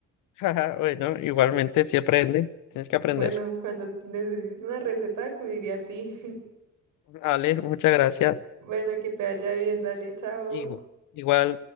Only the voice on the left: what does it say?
Ajá, Bueno, igualmente si aprende, tienes que aprender.
Ale, muchas gracias.
Igu- Igual.